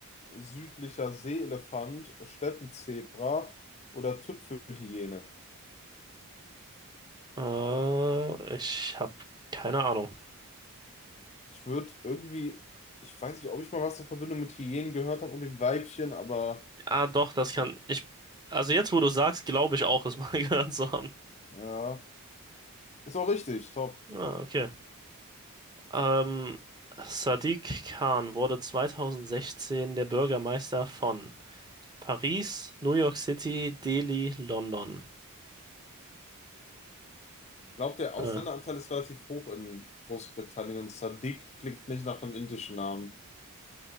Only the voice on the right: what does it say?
Äh, ich habe keine Ahnung.
Ah, doch, das kann ich. Also jetzt, wo du sagst, glaube ich auch, es mal <laughs> gehört zu haben.
Ah, okay. Ähm, Sadiq Khan wurde 2016 der Bürgermeister von Paris, New York City, Delhi, London.
Ah,